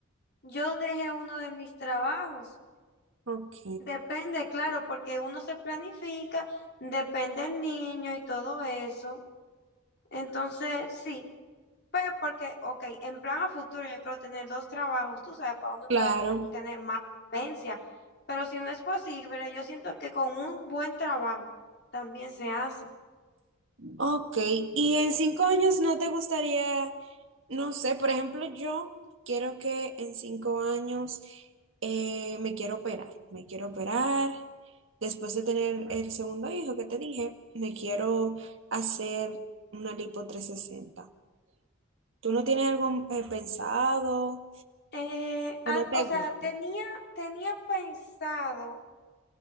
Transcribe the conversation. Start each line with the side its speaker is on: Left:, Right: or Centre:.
Left: yo deje uno de mis trabajos.
Right: Ok,
Left: Depende, claro, porque uno se planifica, depende del niño y todo eso. Entonces, sí. Pues porque, ok, en plan a futuro yo creo tener dos trabajos, tú sabes, para uno
Right: claro.
Left: puede tener más solvencia, pero si no es posible, yo siento que con un buen trabajo también se hace.
Right: Ok, y en cinco años no te gustaría No sé, por ejemplo, yo quiero que en cinco años eh, me quiero operar, me quiero operar. Después de tener el segundo hijo que te dije, me quiero hacer una lipo 360. ¿Tú no tienes algo eh, pensado
Left: Eh,
Right: o
Left: an-
Right: no te
Left: o sea,
Right: gusta?
Left: tenía, tenía pensado